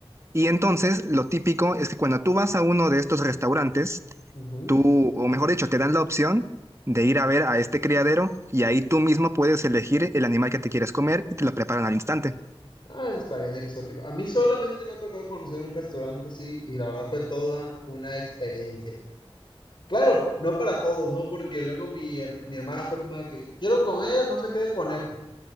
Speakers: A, on the right (about 30°); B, on the left (about 50°).
A: Y entonces, lo típico es que cuando tú vas a uno de estos restaurantes,
B: Ujú.
A: tú, o mejor dicho, te dan la opción de ir a ver a este criadero y ahí tú mismo puedes elegir el animal que te quieres comer y te lo preparan al instante.
B: Ah, eso está bien exótico. A mí solamente me ha tocado conocer un restaurante así y la verdad fue toda una experiencia. Claro, no para todos, ¿no? Porque luego mi, her- mi hermana fue como de que quiero comer, no sé qué de conejo.